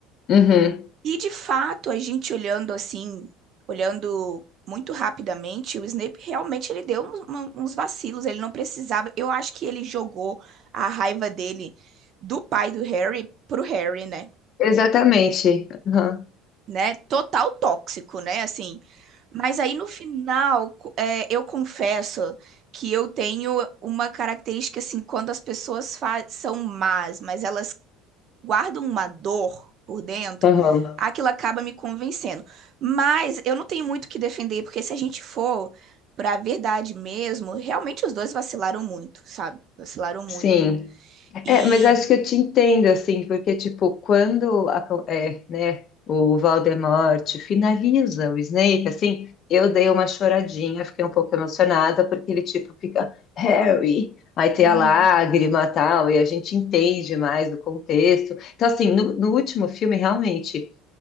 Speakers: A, on the left (about 45°); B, on the right (about 45°).
A: uhum.
B: E, de fato, a gente olhando assim, olhando muito rapidamente, o Snape realmente ele deu uns, uma- uns vacilos, ele não precisava. Eu acho que ele jogou a raiva dele do pai do Harry pro Harry, né?
A: Exatamente. Aham,
B: né? Total tóxico, né? Assim. Mas aí no final, co- é, eu confesso que eu tenho uma característica assim, quando as pessoas fa- são más, mas elas guardam uma dor por dentro,
A: aham.
B: aquilo acaba me convencendo. Mas eu não tenho muito o que defender, porque se a gente for pra verdade mesmo, realmente os dois vacilaram muito, sabe? Vacilaram muito.
A: Sim.
B: E
A: É, mas acho que eu te entendo, assim, porque, tipo, quando a co- é, né, o Voldemort finaliza o Snape, assim, eu dei uma choradinha, fiquei um pouco emocionada, porque ele, tipo, fica Harry, aí tem
B: Uhum.
A: a lágrima e tal, e a gente entende mais do contexto. Então, assim, no, no último filme, realmente.